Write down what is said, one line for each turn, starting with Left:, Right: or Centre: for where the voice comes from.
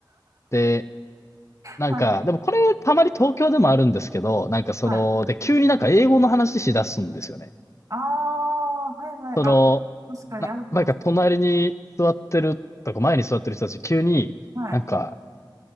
Left: でなんか、
Right: はい。
Left: でもこれたまに東京でもあるんですけど、なんかその、
Right: はい。
Left: で、急になんか英語の話しだすんですよね。
Right: ああ、はいはい。
Left: その、
Right: あ、確かにあるかもしれない。
Left: な、なんか隣に座ってるとか前に座ってる人たち急に、
Right: はい。
Left: なんか、